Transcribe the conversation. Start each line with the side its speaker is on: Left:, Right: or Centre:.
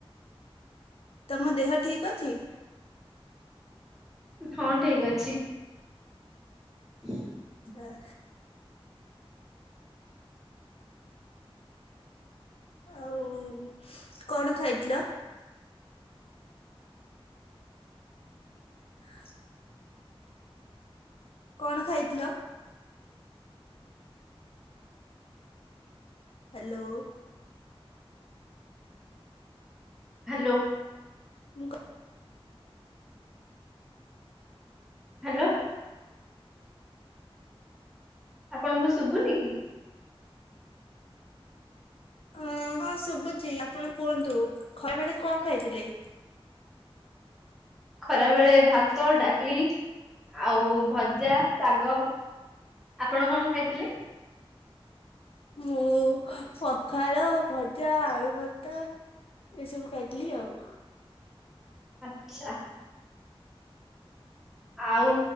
Left: ତମ ଦେହ ଠିକ ଅଛି?
Centre: ହଁ ଠିକ ଅଛି। <unintelligible>
Left: ହଁ ଆଉ କଣ ଖାଇଥିଲ? ହଁ କଣ ଖାଇଥିଲ? ହ୍ୟାଲୋ।
Centre: ହ୍ୟାଲୋ।
Left: ମୁଁ
Centre: ହ୍ୟାଲୋ। ଆପଣଙ୍କୁ ଶୁଭୁନି କି?
Left: ହଁ ହଁ, ଶୁଭୁଛି ଆପଣ କୁହନ୍ତୁ? ଖରାବେଳେ କଣ ଖାଇଥିଲେ?
Centre: ଖରା ବେଳେ ଭାତ, ଡାଲି, ଆଉ ଭଜା ଶାଗ। ଆପଣ କଣ ଖାଇଥିଲେ?
Left: ମୁଁ ପଖାଳ, ଭଜା ଆଳୁ ଭର୍ତା। ଏସବୁ ଖାଇଥିଲି ଆଉ।
Centre: ଆଚ୍ଛା। ଆଉ